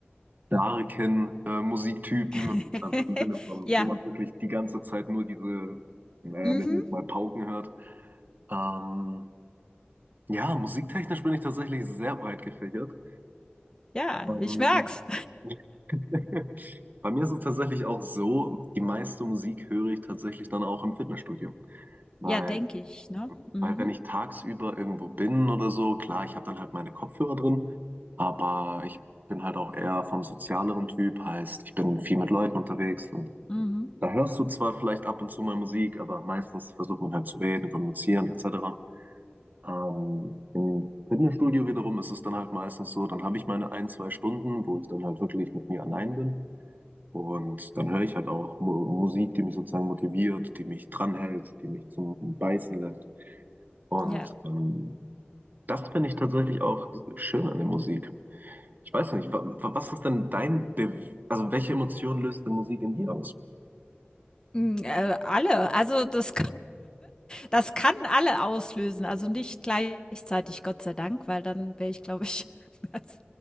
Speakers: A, on the right; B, on the left.
A: starken äh, Musiktypen,
B: <laughs>
A: also im Sinne von,
B: Ja,
A: wo man wirklich die ganze Zeit nur diese, naja,
B: mhm,
A: nennen wir es mal Pauken hört. Ähm, Ja, musiktechnisch bin ich tatsächlich sehr breit gefächert.
B: ja,
A: Ähm,
B: ich merk's.
A: <laughs> bei mir ist es tatsächlich auch so, die meiste Musik höre ich tatsächlich dann auch im Fitnessstudio. Weil,
B: Ja, denke ich, ne? Mhm,
A: weil wenn ich tagsüber irgendwo bin oder so, klar, ich habe dann halt meine Kopfhörer drin, aber ich bin halt auch eher vom sozialeren Typ, heißt, ich bin viel mit Leuten unterwegs und
B: mhm,
A: da hörst du zwar vielleicht ab und zu mal Musik, aber meistens versucht man halt zu reden, kommunizieren etc. Ähm, im Fitnessstudio wiederum ist es dann halt meistens so, dann habe ich meine ein, zwei Stunden, wo ich dann halt wirklich mit mir allein bin. Und dann höre ich halt auch Mu Musik, die mich sozusagen motiviert, die mich dranhält, die mich zum Beißen lässt. Und
B: ja.
A: ähm, das finde ich tatsächlich auch schön an der Musik. Ich weiß nicht, wa wa- was ist denn dein, Be also welche Emotion löst die Musik in dir aus?
B: Mm, Äh, alle, also das Das kann alle auslösen, also nicht gleichzeitig, Gott sei Dank, weil dann wäre ich, glaube ich, <laughs> als,